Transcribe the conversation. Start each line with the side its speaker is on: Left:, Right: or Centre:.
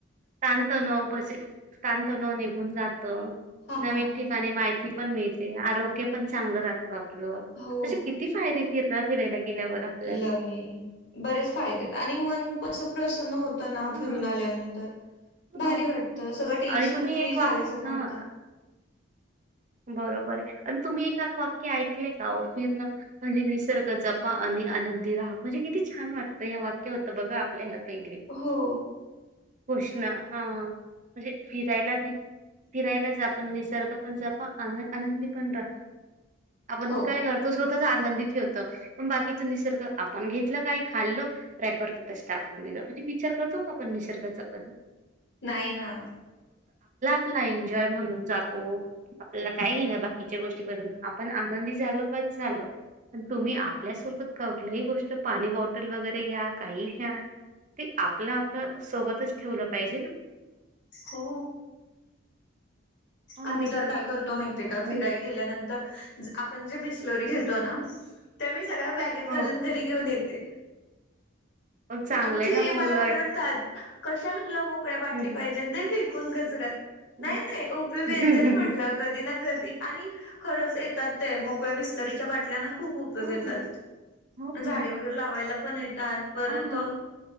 Right: शांत न बज शांत न निघून जात
Left: हा ना
Right: नवीन ठिकाणी माहिती पण मिळते आरोग्य पण चांगलं राहत आप
Left: हो
Right: असे किती फायदे फिरय फिरायला गेल्यावर आपल्याला
Left: लय. बरेच फायदे आणि मन पण अस प्रसन्न होत ना
Right: हा.
Left: फिरून आल्यानंतर
Right: हा
Left: भारी वाटतं सगळं टेन्शन
Right: आणि तुम्ही
Left: फ्री
Right: एक
Left: झाल्यासारखं
Right: वाक हा
Left: वाटत
Right: बरोबर आहे आणि तुम्ही ए वाक्य ऐकले का वो फिरण म्हणजे निसर्ग जपा आणि आनंदी रहा म्हणजे किती छान वाटत या वाक्य होत बघा आपल्याला पहिले
Left: हो.
Right: गोष्टी ह म्हणजे फिरायला फिरायला जर आपण निसर्ग पण आनंदी पण राहा आपण
Left: हो
Right: काय करतो आनंदी ठेवत पण बाकीच निसर्ग आपण घेतलं काही खाल्ल रॅपर तितच टाकून देतो म्हणजे विचार करतो का पण निसर्गाचा कधी
Left: नाही ना
Right: चला एन्जॉय म्हणून जातो आपल्याला काय घे ना बाकीच्या गोष्टी करून आपण आनंदी झालो बस झालो पण तुम्ही आपल्यासोबत का कुठल्याही गोष्ट पाणी बॉटल वगैरे घ्या काही घ्या ते आपलं आपल्या सोबतच ठेवलं पाहिजे ना
Left: हो
Right: हम्म.
Left: आम्ही तर काय करतो माहितय का फिराय
Right: आणि
Left: गेल्यानंतर आपण ज्या बिस्लरी घेतो
Right: हं
Left: ना त्या मी सगळ्या बॅगेत
Right: हो
Left: घालून घरी घेऊन येते
Right: चांगलंय
Left: आमचे
Right: ना मग
Left: हे मला
Right: उलट.
Left: ओरडतात कशाला तुला मोकळ्या बाटली
Right: हं,
Left: पाहिजेत ते फेकून कचऱ्यात
Right: हं,
Left: नाही नाही ओ म्हटलं
Right: हं.
Left: कधी ना कधी आणि खरंच येतात ते मोकळ्या बिसलरीच्या बाटल्या ना खू खूप उपयोग
Right: हां,
Left: येतात
Right: हो.
Left: झाडे वगैरे लावायला पण येतात परत
Right: हां,